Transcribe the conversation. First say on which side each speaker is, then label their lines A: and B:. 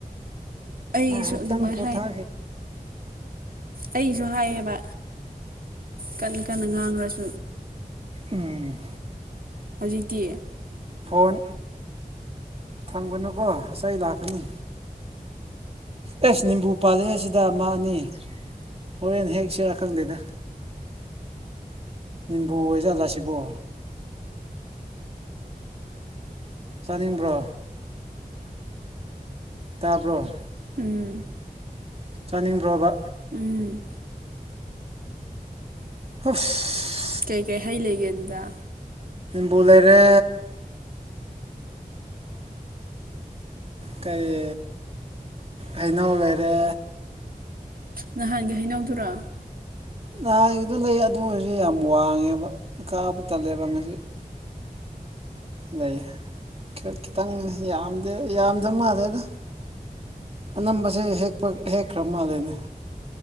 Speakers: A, on the right; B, on the right.
A: ꯑꯩꯒꯤꯁꯨ
B: ꯍꯇꯥꯥꯡ
A: ꯑꯗꯨꯃꯥꯏꯅ
B: ꯄꯊꯥ
A: ꯑꯩꯁꯨ ꯍꯥꯏꯌꯦꯕ ꯀꯟꯅ ꯀꯟꯅ ꯉꯥꯡꯂꯁꯨ
B: ꯎꯝ
A: ꯍꯧꯖꯤꯛꯀꯤ
B: ꯐꯣꯟ ꯊꯝꯒꯅꯨꯀꯣ ꯏꯁꯩ ꯂꯥꯛꯀꯅꯤ ꯑꯦꯁ ꯅꯤꯝꯕꯨ ꯄꯥꯜꯂꯦ ꯑꯁꯤꯗ ꯑꯃ ꯑꯅꯤ ꯍꯣꯔꯦꯟ ꯍꯦꯛ ꯁꯤꯔꯥ ꯈꯪꯗꯦꯗ ꯕꯨ ꯑꯣꯏꯖꯥꯂꯁꯤꯕꯣ ꯆꯥꯅꯤꯡꯕ꯭ꯔꯣ ꯇꯥꯔꯕ꯭ꯔꯣ
A: ꯎꯝ
B: ꯆꯥꯅꯤꯡꯕ꯭ꯔꯣꯕ
A: ꯎꯝ
B: ꯍꯨꯐ
A: ꯀꯩꯀꯩ ꯍꯩ ꯂꯩꯒꯦꯗꯨꯗ
B: ꯕꯣ ꯂꯩꯔꯦ ꯀꯔꯤ ꯍꯩꯅꯧ ꯂꯩꯔꯦ
A: ꯅꯍꯥꯟꯒꯤ ꯍꯩꯅꯧꯗꯨꯔꯥ
B: ꯅꯍꯥꯟꯒꯤꯗꯣ ꯂꯩ ꯑꯗꯨ ꯑꯣꯏꯔꯁꯨ ꯌꯥꯝ ꯋꯥꯡꯉꯦꯕ ꯀꯥꯕ ꯇꯜꯂꯦꯕ ꯉꯁꯤ ꯂꯩ ꯈꯤꯇꯪ ꯌꯥꯝꯗ ꯌꯥꯝꯗꯕ ꯃꯥꯜꯗꯦꯗ ꯑꯅꯝꯕꯁꯦ ꯍꯦꯛꯄ ꯍꯦꯛꯈ꯭ꯔ ꯃꯥꯜꯜꯂꯤꯦꯅꯦ